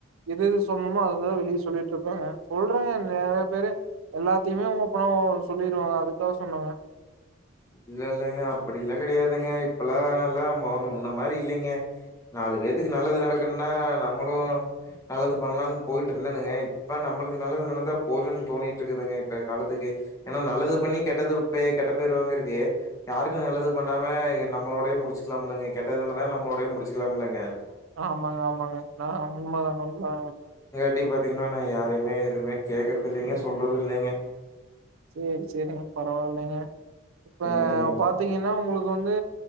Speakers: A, on the right; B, on the left.
A: எது எது சொல்லணுமோ அதான் வெளியே சொல்லிட்டு இருப்பாங்க சொல்றாங்க நெறைய பேரு எல்லாத்தையுமே ஓப்பனா ஒ சொல்லிருவாங்க அதுக்காக சொன்னேங்க
B: இல்ல இல்லங்க அப்படி எல்லா கிடையாதுங்க இப்பல்லா எல்லா மண முன்ன மாரி இல்லைங்க நாலு பேத்தக்கு நல்லது நடக்கும்னா நம்மளு நல்லது பண்ணலாம்னு போயிட்டு இருந்தோனுங்க இப்ப நம்மளுக்கு நல்லது நடந்தா போதும் தோணிட்டு இருக்குதுங்க இப்ப காலத்துக்கு ஏன்னா நல்லது பண்ணி கெட்டது பெ கெட்ட பேருவாங்க தே யாருக்கும் நல்லது பண்ணாம நம்மளோடே முடிச்சுக்கலாம்லங்க கெட்டது நடந்தால நம்மளோடயே முடிச்சுக்கலாம்லங்க
A: ஆமாங்க ஆமாங்க ஆமா ஆமா
B: எப்படி பாத்தீங்கன்னா நா யாருமே எதுவுமே கேக்குறது இல்லைங்க சொல்றது இல்லைங்க
A: சேரி சேரிங்க பரவாயில்லைங்க இப்ப
B: ம்
A: பாத்தீங்கன்னா உங்களுக்கு வந்து